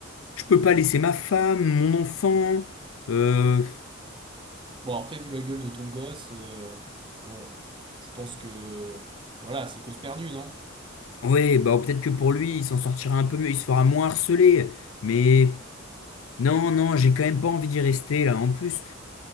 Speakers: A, on the left; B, on the right.
A: Je peux pas laisser ma femme, mon enfant. Euh...
B: Bon, après, vu la gueule de ton gosse, euh, bon, je pense que voilà, c'est cause perdue, non?
A: Ouais, bah peut-être que pour lui, il s'en sortira un peu mieux, il se fera moins harceler. Mais... Non, non, j'ai quand même pas envie d'y rester là. En plus,